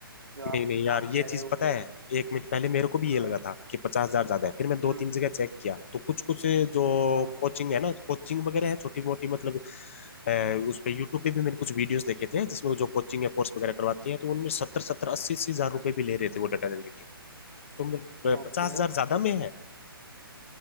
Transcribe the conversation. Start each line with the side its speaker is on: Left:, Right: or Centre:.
Right: जो आप
Left: नहीं नहीं यार
Right: आप कह
Left: ये
Right: रहे
Left: चीज
Right: हो
Left: पता
Right: कि
Left: है एक मिनट पहले मेरे को भी
Right: हाँ
Left: ये लगा था कि पचास हजार ज्यादा है फिर मैं दो
Right: हम्म
Left: तीन जगह चेक किया तो कुछ कुछ जो
Right: हम्म
Left: कोचिंग है ना कोचिंग वगैरह है छोटी मोटी मतलब अ, उस पे यूट्यूब पे भी मैंने कुछ वीडियोस देखे थे जिसमें वो जो कोचिंग है कोर्स वगैरह करवाती है तो उनमें सत्तर सत्तर अस्सी अस्सी हजार रुपए भी ले रहे थे वो डाटा एनालिटिक तो मतलब
Right: ओके
Left: पचास हजार ज्यादा में है